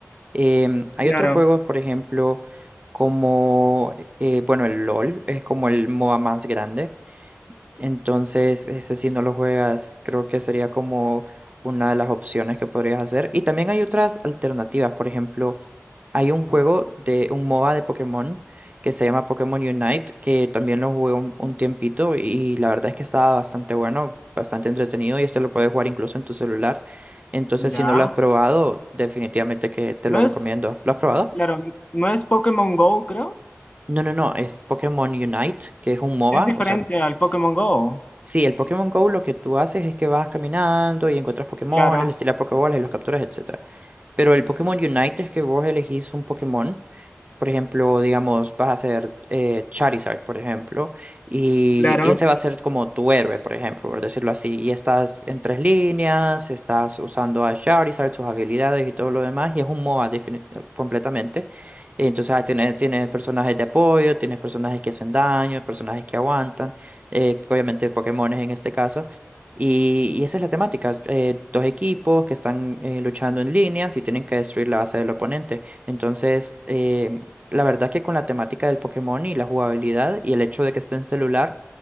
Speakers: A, on the right (about 30°); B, on the left (about 25°).
A: Em, hay
B: claro.
A: otros juegos, por ejemplo, como, eh, bueno, el LOL es como el MOBA más grande. Entonces, ese si no lo juegas, creo que sería como una de las opciones que podrías hacer. Y también hay otras alternativas, por ejemplo. Hay un juego de un MOBA de Pokémon que se llama Pokémon Unite, que también lo jugué un, un tiempito y la verdad es que estaba bastante bueno, bastante entretenido y este lo puedes jugar incluso en tu celular. Entonces,
B: Ya.
A: si no lo has probado, definitivamente que te lo
B: No
A: recomiendo.
B: es,
A: ¿Lo has probado?
B: claro, no es Pokémon Go, creo.
A: No, no, no, es Pokémon Unite, que es un MOBA,
B: Es diferente
A: o sea,
B: al Pokémon
A: s-
B: Go.
A: sí, el Pokémon Go lo que tú haces es que vas caminando y encuentras Pokémon,
B: Claro,
A: les tiras Pokébolas y los capturas, etcétera. Pero el Pokémon Unite es que vos elegís un Pokémon. Por ejemplo, digamos, vas a hacer eh, Charizard, por ejemplo, y,
B: claro,
A: y ese va a ser como tu héroe, por ejemplo, por decirlo así. Y estás en tres líneas, estás usando a Charizard, sus habilidades y todo lo demás, y es un MOBA defini- completamente. Y entonces ah, tienes, tienes personajes de apoyo, tienes personajes que hacen daño, personajes que aguantan, eh, obviamente Pokémones en este caso. Y, y esa es la temática. es, eh, dos equipos que están eh, luchando en líneas y tienen que destruir la base del oponente. Entonces, eh, la verdad que con la temática del Pokémon y la jugabilidad y el hecho de que esté en celular,